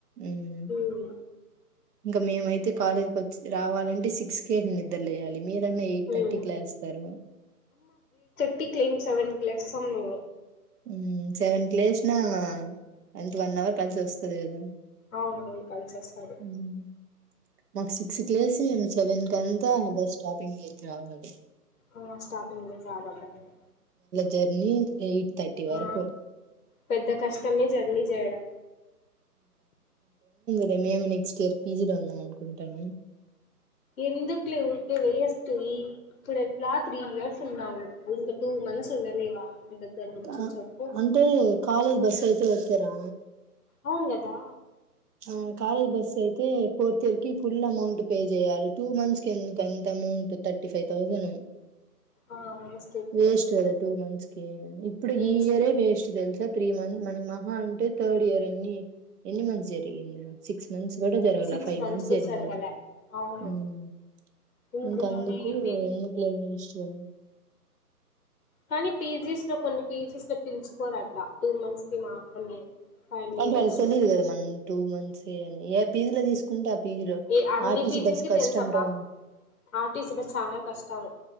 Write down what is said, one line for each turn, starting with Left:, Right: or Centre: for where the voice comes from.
Right: మ్
Left: ఉమ్
Right: ఇంక మేమైతే కాలేజ్కొచ్చి రావాలంటే సిక్స్ కే నిద్ర లెయాలి మీరన్న ఎయిట్ థర్టీ
Left: ఉమ్
Right: కి లెస్తారు
Left: ర్టికి లేన్ సెవెన్ కి లేస్తాము
Right: మ్ సెవెన్ కి లేశినా ఎంత వన్ అవర్ కలిసి వస్తది గదా
Left: అవునవును కలిసి వస్తది
Right: మ్ మాకు సిక్స్ కి లేసి మేము సెవెన్ కంతా బస్ స్టాపింగ్ దెగ్గ రావాలి
Left: అహ్ స్టార్టింగ్ చలవదు మీరు
Right: జెర్నీ ఎయిట్ థర్టీ వరకు
Left: ఆ పెద్ద కష్టమే జర్నీ జేయడం
Right: అదే మేము నెక్స్ట్ ఇయర్ పీజీలో వుందాం అనుకుంటానం
Left: ఏందుకులే ఊకే వేస్ట్ ఇ ఇప్పుడెట్లాగ్ త్రీ హయర్స్ ఉన్నావు ఇంక టూ మంత్స్ ఉండలేవా దగ్గర నుంచి
Right: అహ్
Left: చెప్పు
Right: అంటే కాలేజ్ బస్సు అయితే ఒకే రా
Left: అవున్ గదా
Right: ఆహ్ కాలేజ్ బసైతే ఫోర్త్ ఇయర్ కి ఫుల్ అమౌంట్ పే జేయాలి టూ మంత్స్ కి ఎందుకు అంత అమౌంట్ థర్టీ ఫై థౌసనూ
Left: ఆ వేస్ట్ ఊరికే
Right: వేస్ట్ గదా టూ మంత్స్ కి ఇప్పుడు
Left: వేస్ట్
Right: ఈ ఇయరే వేస్ట్ తెలుసా త్రీ మన్ మన మహా అంటే థర్డ్ ఇయర్ ఎన్ని ఎన్ని మంత్స్ జరిగింద సిక్స్ మంత్స్ గూడా జరగల
Left: సిక్స్
Right: ఫై మంత్స్
Left: కూడా
Right: జరిగింది
Left: జరగలే అవును
Right: మ్
Left: ఇందులోనే
Right: ఇంక అందుకూ
Left: ఎన్ని
Right: ఎందుకులే వేస్ట్ చేయడం
Left: కనీ పీజీస్ లో కొన్ని పీజీస్ లో పిలుచుకోరు అట్ల టూ మంత్స్ కి మాత్రమే ఫైవ్
Right: అంటే
Left: ఇయర్స్
Right: వాళ్క్ తెలీదు గదా మనం టూ మంత్సే అని ఏ పీజీలో తీసుకుంటే పీజీలో
Left: ఏ అన్ని
Right: ఆర్టీసి
Left: పీజీలకి
Right: బస్ కష్టం
Left: తెలుసబ్బా
Right: రా
Left: ఆర్టీసీ బస్ చాలా కష్టం